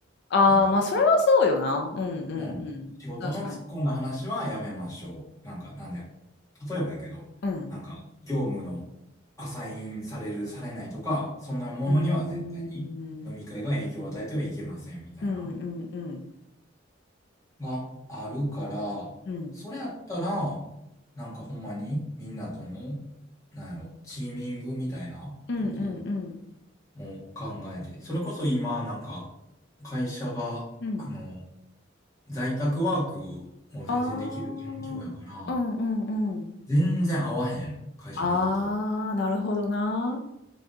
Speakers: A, on the left; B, on the left.
A: ああ、
B: なんか、
A: まあ、それはそうよな。うんうんう
B: うん、
A: ん。
B: 仕事の突っ込んだ話はやめましょう。
A: 確かに。
B: なんか、なんで、例えばやけど、
A: うん。
B: なんか、業務のアサインされる、されないとか、そんなものには絶対に飲み会が影響を与えてはいけませんみたいな。
A: うーん。うんうんうん。
B: があるから、
A: うん。
B: それやったら、なんかほんまにみんなとの、なんやろ、チーミングみたいなことを
A: うんうんうん。
B: もう考えて、それこそ今なんか会社が、
A: うん。
B: あの、在宅ワークも全然できる環境やから、
A: ああ。うんうんうん。
B: 全然合わへん、会社の人と。
A: ああ、なるほどな。